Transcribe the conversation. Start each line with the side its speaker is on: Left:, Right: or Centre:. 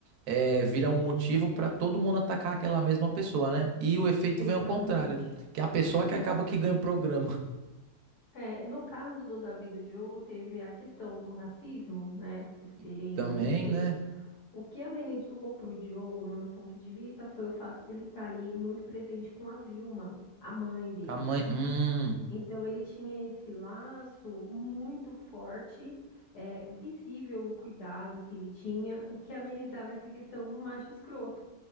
Right: é, vira um motivo para todo mundo atacar aquela mesma pessoa, né? E o efeito
Left: Exatamente.
Right: vem ao contrário, que é a pessoa que acaba que ganha o programa.
Left: É, no caso do Davi e do Diogo, teve a questão do racismo, né, por serem
Right: <laughs> Também,
Left: homens pretos.
Right: né?
Left: O que amenizou para o Diogo, no meu ponto de vista, foi o fato dele estar ali muito presente com a Vilma, a mãe dele.
Right: Com a mãe, hum,
Left: Então, ele tinha esse laço muito forte, é, visível o cuidado que ele tinha, o que amenizava essa questão do macho escroto